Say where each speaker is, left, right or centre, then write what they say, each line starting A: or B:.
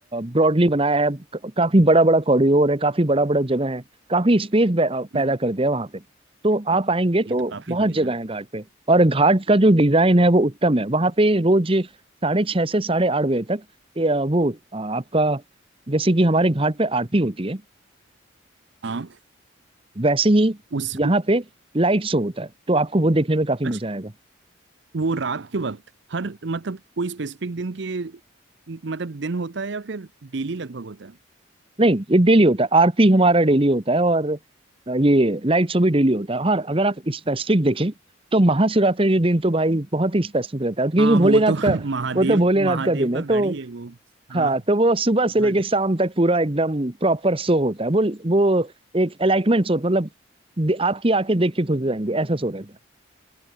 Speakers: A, on the right; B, on the right.
A: ब्रॉडली बनाया है क- काफी बड़ा बड़ा कॉरिडोर है काफी बड़ा बड़ा जगह है काफी स्पेस पैदा
B: हम्म,
A: करते हैं वहां पे तो आप आएंगे
B: ये
A: तो
B: तो काफी
A: बहुत
B: बढ़िया
A: जगह
B: है
A: है घाट पे और घाट का जो डिजाइन है वो उत्तम है वहां पे रोज साढ़े छह से साढ़े आठ बजे तक ए, अ, वो अ, आपका जैसे कि हमारे घाट पे आरती होती है
B: हाँ
A: वैसे ही
B: उस
A: यहाँ पे लाइट शो होता है तो आपको वो देखने में काफी
B: अच्छा
A: मजा आएगा
B: वो रात के वक्त हर मतलब कोई स्पेसिफिक दिन के मतलब दिन होता है या फिर डेली लगभग होता है
A: नहीं ये डेली होता है आरती हमारा डेली होता है और अ, ये लाइट शो भी डेली होता है और अगर आप स्पेसिफिक देखें तो महाशिवरात्रि के दिन तो भाई बहुत ही स्पेसिफिक रहता है क्योंकि
B: हाँ
A: भोलेनाथ
B: वो तो <laughs>
A: का
B: महादेव
A: वो तो भोलेनाथ
B: महादेव
A: का दिन है
B: का
A: तो
B: गढ़ ही है वो हाँ
A: हाँ तो वो सुबह से
B: महादेव
A: लेके शाम तक पूरा एकदम प्रॉपर शो होता है वो वो एक एलाइटमेंट शो मतलब दे- आपकी आंखें देख के खुश हो जाएंगी ऐसा शो रहता है